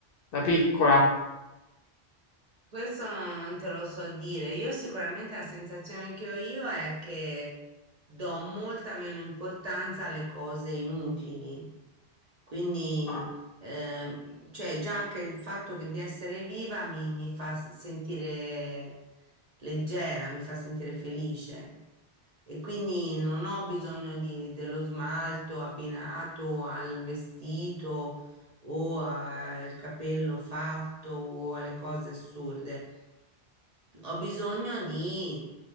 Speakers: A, on the left; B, on the right.
A: da piccola.
B: Questo non, non te lo so dire. Io sicuramente la sensazione che ho io è che do molta meno importanza alle cose inutili. Quindi,
A: Ah,
B: ehm, cioè già che il fatto che di essere viva mi, mi fa s- sentire leggera, mi fa sentire felice e quindi non ho bisogno di- dello smalto abbinato al vestito o al capello fatto o alle cose assurde. Ho bisogno di